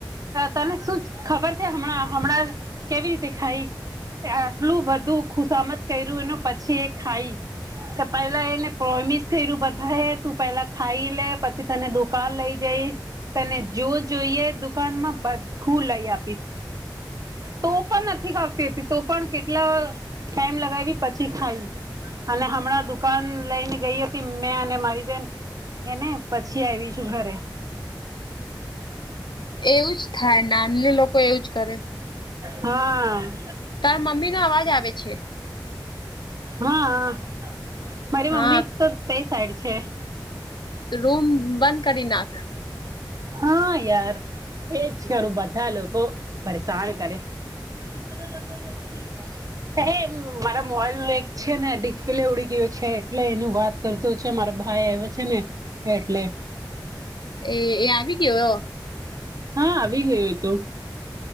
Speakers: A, on the right (about 45°); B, on the left (about 70°).
A: તને શું ખબર છે હમણાં હમણાં કેવી રીતે ખાઈ આટલું બધું ખુસામત કર્યું એ પછી એ ખાઈ પેલા એને પ્રોમિસ કર્યું બધા એ તું પેલા ખાઈ લે પછી તને દુકાન લઈ જઈ તને જો જોઈએ દુકાનમાં બધું લઈ આપીશ તો પણ નથી ખાવતી હતી તો પણ કેટલા ટાઈમ લગાવી પછી ખાઈ અને હમણાં દુકાન લઈને ગઈ હતી મેં અને મારી બેન એને પછી આવી છું ઘરે
B: એવું જ થાય નાન લોકો એવું જ કરે
A: હા
B: તાર મમ્મી નો અવાજ આવે છે
A: હા મારી
B: હા
A: મમ્મી તો તે સાઈડ છે
B: રૂમ બંધ કરી નાખ
A: હા યાર એજ કરું બધા લોકો પરેશાન કરે હ બન હે મારા મોબાઈલ નું એક છે ને ડિસ્પ્લે ઉડી ગયયો છે એટલે એનું વાત કરતો છે મારા ભાઈ આવ છે ને એટલે
B: એ એ આવી ગયો
A: હા આવી ગયો એ તો